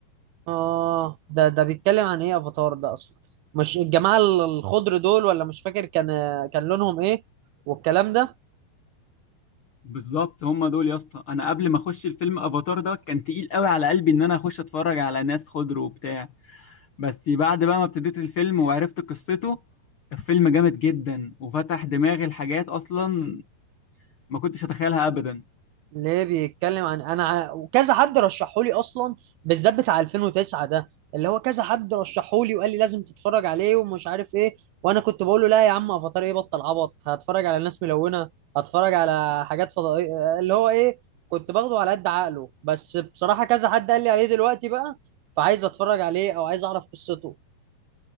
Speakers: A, on the right; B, on the left.
A: اه ده ده بيتكلم عن ايه افاتار ده اصلا مش الجماعه ال- الخضر دول ولا مش فاكر كان كان لونهم ايه والكلام ده
B: بالظبط هم دول يا اسطى انا قبل ما اخش الفيلم افاتار ده كان تقيل قوي على قلبي ان انا اخش اتفرج على ناس خضر وبتاع بس بعد بقى ما ابتديت الفيلم وعرفت قصته الفيلم جامد جدا وفتح دماغي لحاجات اصلا ما كنتش اتخيلها ابدا
A: ليه بيتكلم عن انا ع- وكذا حد رشحه لي اصلا بالذات بتاع 2009 ده اللي هو كذا حد رشحه لي وقال لي لازم تتفرج عليه ومش عارف ايه وانا كنت بقول له لا يا عم افاتار ايه بطل عبط هتفرج على ناس ملونه هتفرج على حاجات فضائيه اللي هو ايه كنت باخده على قد عقله بس بصراحه كذا حد قال لي عليه دلوقتي بقى فعايز اتفرج عليه او عايز اعرف قصته